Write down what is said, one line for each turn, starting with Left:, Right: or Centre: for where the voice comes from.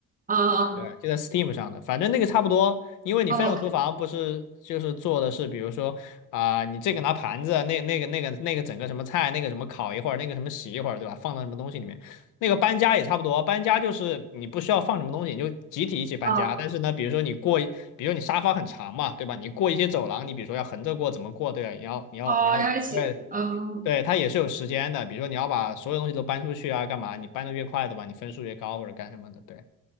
Right: 嗯嗯
Left: 对，就在 Steam 上的，反正那个差不多，因为你分手厨房不是就是做的是，
Right: 哦，我看，
Left: 比如说啊、你这个拿盘子，那那个那个那个整个什么菜，那个什么烤一会儿，那个什么洗一会儿，对吧？放到什么东西里面，那个搬家也差不多，搬家就是你不需要放什么东西，你就集体一起搬家。
Right: 嗯哦
Left: 但是呢，比如说你过一比如说你沙发很长嘛，对吧？你过一些走廊，你比如说要横着过，怎么过，对吧？你要你要你要对。
Right: 哦，要一起，嗯
Left: 对，它也是有时间的，比如说你要把所有东西都搬出去啊，干嘛？你搬的越快，对吧？你分数越高或者干什么的，对，